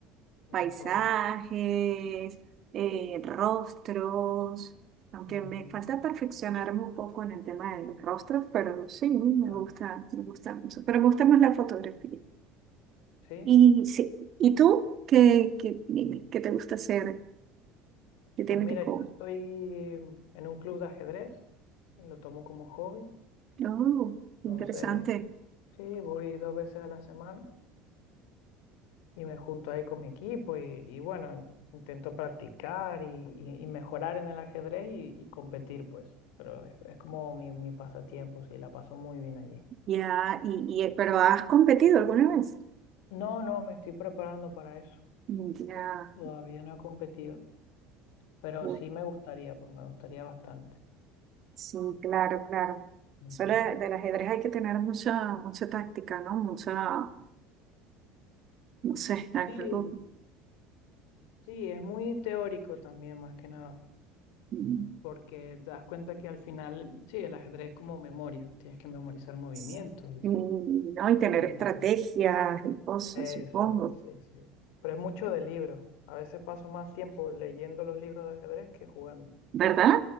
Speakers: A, on the left (about 75°); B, on the right (about 45°).
A: De
B: Paisajes,
A: todo.
B: eh, rostros, aunque
A: Ujú,
B: me falta perfeccionarme un poco en el tema de los rostros, pero sí, me
A: claro.
B: gusta, me gusta mucho. Pero me gusta más la fotografía.
A: Sí.
B: Y, sí, ¿y tú qué, qué, dime, qué te gusta hacer? ¿Qué tienes
A: Pues mira,
B: de hobby?
A: yo estoy en un club de ajedrez. Lo tomo como hobby.
B: Oh, interesante.
A: Entonces, sí, voy dos veces a la semana. y me junto ahí con mi equipo y, y bueno, intento practicar y, y- y mejorar en el ajedrez y, y competir, pues. Pero es, es como mi, mi pasatiempo, sí, la paso muy bien allí.
B: Ya, y, y- pero ¿has competido alguna vez?
A: No, no, me estoy preparando para eso.
B: Ya,
A: Todavía no he competido, pero
B: ok.
A: sí me gustaría, pues me gustaría bastante.
B: Sí, claro, claro.
A: Ujú.
B: Solo de- del ajedrez hay que tener mucha, mucha táctica, ¿no? Mucha, no sé, algo.
A: Sí, sí, es muy teórico también, más que nada.
B: mm,
A: Porque te das cuenta que al final, sí, el ajedrez es como memoria, tienes que memorizar movimientos
B: s- Y, no, y tener
A: y,
B: estrategias y cosas,
A: Eso
B: supongo.
A: es, sí, sí. Pero es mucho de libro. A veces paso más tiempo leyendo los libros de ajedrez que jugando.
B: ¿Verdad?